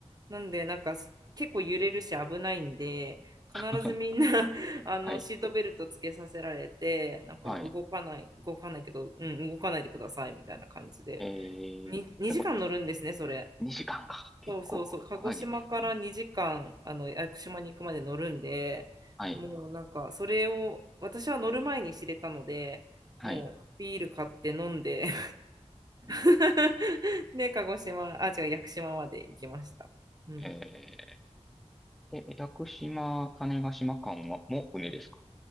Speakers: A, on the right (about 35°); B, in the centre.
A: う。なんで、なんかす結構揺れるし危ないんで、必ずみんな
B: っと、<laughs>
A: <laughs> あのシートベルトつけさせられて、
B: はい。
A: なんか動かない、
B: はい。
A: 動かないっていうか、うん、動かないでくださいみたいな感じで。
B: えー、
A: に2時間乗るんですね、
B: 結構
A: それ。
B: 2時間か。結構長いですね。
A: そうそうそう、鹿児島から2時間、あの、屋久島に行くまで乗るんで、
B: はい。
A: もうなんか、それを、私は乗る前に知れたので、
B: はい。
A: もうビール買って飲んで <laughs> で、鹿児島、あ、違う、屋久島まで行きました。うん。
B: えーえ、屋久島、種子島間は、もう船ですか